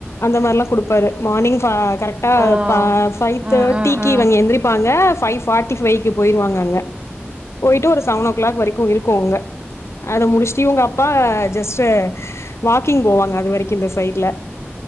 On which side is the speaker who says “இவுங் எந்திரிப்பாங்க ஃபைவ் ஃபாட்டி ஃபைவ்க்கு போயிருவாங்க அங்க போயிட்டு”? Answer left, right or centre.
Left